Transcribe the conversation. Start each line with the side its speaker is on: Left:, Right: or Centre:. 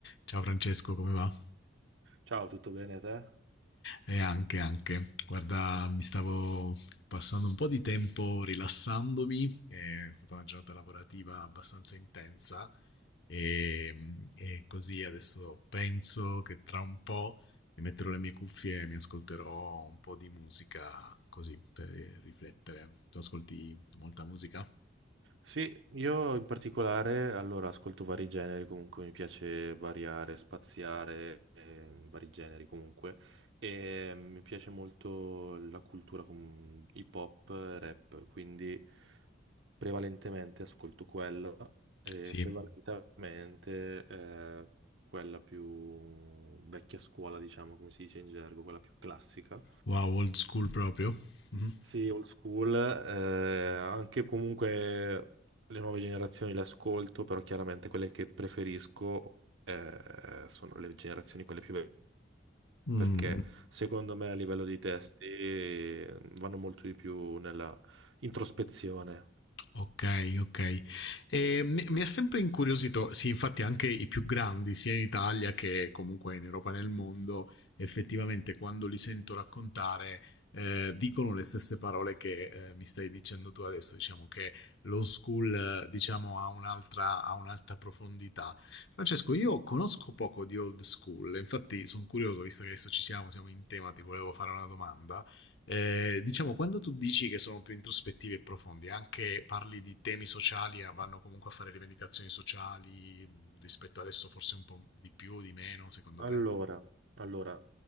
Left: Ciao Francesco, come va?
Right: Ciao, tutto bene te?
Left: E anche, anche. Guarda, mi stavo passando un po' di tempo rilassandomi, è stata una giornata lavorativa abbastanza intensa e, e così adesso penso che tra un po' mi metterò le mie cuffie e mi ascolterò un po' di musica così per riflettere. Tu ascolti molta musica?
Right: Sì, io in particolare, allora, ascolto vari generi, comunque mi piace variare, spaziare, eh, vari generi comunque, e mi piace molto la cultura com- hip hop, rap, quindi prevalentemente ascolto quella, e
Left: Sì.
Right: prevalentemente eh, quella più vecchia scuola, diciamo, come si dice in gergo, quella più classica.
Left: Wow, old school proprio. Mhm.
Right: Sì, old school, eh, anche comunque le nuove generazioni le ascolto, però chiaramente quelle che preferisco eh, sono le generazioni quelle più vecchie,
Left: Mm.
Right: perché secondo me a livello di testi eh, vanno molto di più nella introspezione.
Left: Ok, ok. E mi, mi ha sempre incuriosito, sì, infatti anche i più grandi, sia in Italia che comunque in Europa e nel mondo, effettivamente quando li sento raccontare, eh, dicono le stesse parole che eh, mi stai dicendo tu adesso, diciamo che lo school, eh, diciamo, ha un'altra, ha un'altra profondità. Francesco, io conosco poco di old school, infatti sono curioso, visto che adesso ci siamo, siamo in tema, ti volevo fare una domanda. Eh, diciamo, quando tu dici che sono più introspettivi e profondi, anche parli di temi sociali, eh, vanno comunque a fare rivendicazioni sociali mm, rispetto adesso forse un po' di più, di meno, secondo
Right: Allora,
Left: te?
Right: allora,